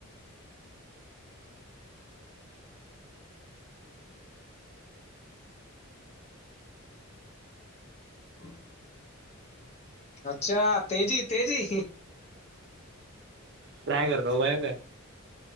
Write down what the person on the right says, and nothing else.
ٹرائی کر رہا ہوں بھائی میں